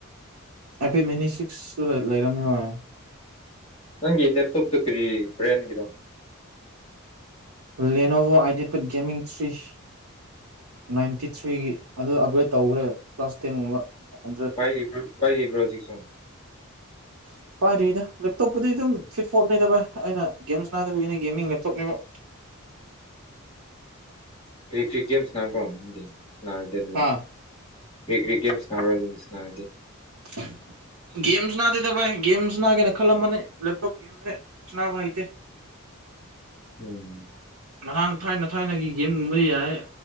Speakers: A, on the right (about 80°); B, on the left (about 25°).
A: ꯍꯥꯏꯐꯦꯠ ꯃꯤꯅꯤ ꯁꯤꯛꯁꯁꯨ ꯂꯩꯔꯝꯃꯦ ꯍꯣꯏ
B: ꯅꯪꯒꯤ ꯂꯦꯞꯇꯣꯞꯇꯣ ꯀꯔꯤ ꯕ꯭ꯔꯦꯟꯒꯤꯔꯣ
A: Lenovo IdeaPad gaming series ninety ꯊ꯭ꯔꯤꯒꯤ ꯑꯗꯣ ꯑꯞꯒ꯭ꯔꯦꯗ ꯇꯧꯈ꯭ꯔꯦ ꯀ꯭ꯂꯥꯁ ꯇꯦꯟꯒꯨꯝꯕ ꯍꯟꯗ꯭ꯔꯦꯠ
B: ꯄꯥꯏꯔꯤꯕꯔꯥ ꯄꯥꯏꯔꯤꯕ꯭ꯔꯣ ꯍꯧꯖꯤꯛꯁꯨ
A: <inaudible> ꯄꯥꯏꯗ꯭ꯔꯤꯗ ꯂꯦꯞꯇꯣꯞꯄꯨꯗꯤ ꯑꯗꯨꯝ ꯐꯤꯐ ꯐꯣꯔꯠ ꯅꯤꯗ ꯚꯥꯏ ꯑꯩꯅ ꯒꯦꯝꯁ ꯁꯥꯅꯥꯗꯕꯒꯤꯅꯦ ꯒꯦꯃꯤꯡ ꯂꯦꯞꯇꯣꯞꯅꯦꯕ
B: ꯀꯔꯤ ꯀꯔꯤ ꯒꯦꯝꯁ ꯁꯥꯅꯥꯕ꯭ꯔꯣ ꯔꯗꯤ ꯑꯗꯨꯗ
A: ꯍꯥ
B: ꯀꯔꯤ ꯀ꯭ꯔꯤ ꯒꯦꯝꯁ ꯑꯗꯨ ꯁꯅꯔꯗꯤ
A: <inaudible> ꯒꯦꯝꯁ ꯁꯥꯅꯥꯗꯦꯗ ꯚꯥꯏ ꯒꯦꯝꯁ ꯅꯥꯒꯦꯅ ꯈꯜꯂꯝꯕꯅꯤ ꯂꯦꯞꯇꯣꯞ ꯒꯦꯝꯁꯦ ꯁꯥꯅꯥꯕ ꯍꯩꯇꯦ <inaudible>
B: ꯎꯝ
A: ꯅꯍꯥꯟ ꯊꯥꯏꯅ ꯊꯥꯏꯅꯒꯤ ꯒꯦꯝꯒꯨꯝꯕꯗꯤ ꯌꯥꯏꯌꯦ